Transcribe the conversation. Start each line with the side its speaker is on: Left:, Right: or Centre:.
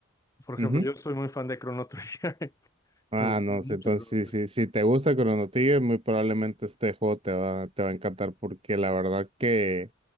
Left: por ejemplo,
Right: ujú.
Left: yo soy muy fan de Chrono Trigger. <laughs>
Right: Ah,
Left: Me gusta
Right: no,
Left: mucho
Right: sí, entonces
Left: Chrono Trigger.
Right: sí, sí, si te gusta Chrono Trigger, muy probablemente este juego te va, te va a encantar porque la verdad que,